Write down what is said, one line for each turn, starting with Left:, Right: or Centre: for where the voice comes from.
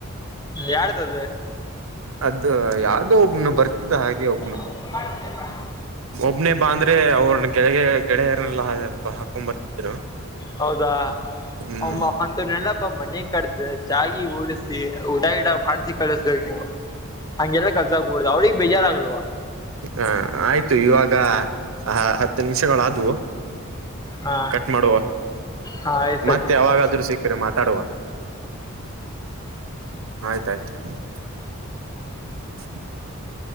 Left: ಯಾರ್ದದ?
Right: ಅದ ಯಾವ್ದೋ ಒಬ್ನು ಬರ್ತಿದ್ದ ಹಾಗೆ ಒಬ್ನು
Left: <unintelligible> <unintelligible>
Right: ಒಬ್ನೇ ಬಾ ಅಂದ್ರೆ ಅವ್ರ ಗೆಳಗೆ ಗೆಳೆಯರನ್ನಲ್ಲ ಹಾಕೊಂಡು ಬರ್ತಿದ್ರು.
Left: ಹೌದಾ
Right: ಹ್ಮ್
Left: <unintelligible> ನೆನಪಾ ಮನೆ ಕರ್ದ್ ಚಾ ಗಿ ಉಡಸಿ ಊಟ ಗಿಟ ಮಾಡ್ಸಿ ಕಳಿಸ್ಬೇಕೇು ನೀವು. ಹಂಗೆಲ್ಲಾ ಕಲ್ಸಕುಡುದು ಅವ್ರಿಗೆ ಬೇಜಾರ್ಗಲ್ವಾ.
Right: ಹ ಆಯ್ತು ಇವಾಗ ಆ ಹತ್ ಹತ್ತು ನಿಮಿಷಗಳಾದವು
Left: ಹಾ
Right: ಕಟ್ ಮಾಡುವ
Left: ಹಾ ಆಯ್ತ್ ಸರಿ
Right: ಮತ್ತೆ ಯಾವಾಗಾದ್ರೂ ಸಿ <unintelligible> ಮಾತಾಡುವ ಆಯ್ತಾಯ್ತು <unintelligible> <unintelligible>